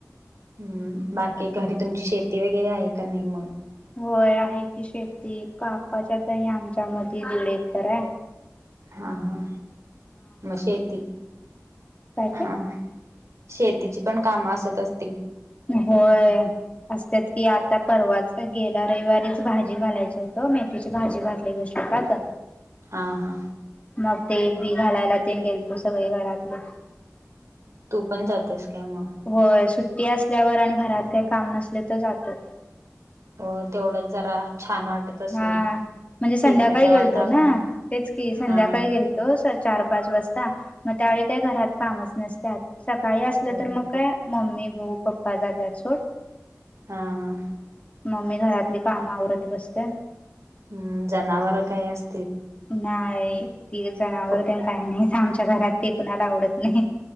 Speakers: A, on the right (about 65°); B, on the left (about 25°).
A: हम्म! बाकी घरी तुमची शेती वगैरे, आहे का नाही मग?
B: होय आहे की शेती काकाच्या दणी आमच्या मध दीड एकरे.
A: हा हा म शेती
B: काय
A: हा.
B: ते
A: शेतीची पण कामं असत अस
B: होय असतात कि आता परवाच गेला रविवारीच भाजी घालायचं होत मेथीची भाजी घातली ग शेतात.
A: हा हा.
B: मग ते बी घालायला ते गेलतो सगळे घरातले.
A: तू पण जातेस. काय मग
B: होय सुट्टी असल्यावर आणि घरात काही काम नसले त जातो.
A: हो तेवढंच जरा छान वाटत असेल.
B: हा म्हणजे संध्याकाळी
A: शेताच्या
B: गेलतो
A: वातावरणात
B: ना तेच की संध्याकाळी
A: हा
B: गेलतो स्व चार पाच वाजता मग त्यावेळी काही घरात कामच नसतात. सकाळी असलं
A: हो
B: तर मग काय मम्मी, भाऊ, पप्पा जातात सोड.
A: हा हा
B: मम्मी घरातली काम आवरत बसते.
A: हम्म जनावर काय येस.
B: नाय ती जनावर
A: फ
B: त्यां काही नाहीच आमच्या घरात. ते कुणाला आवडत नाही.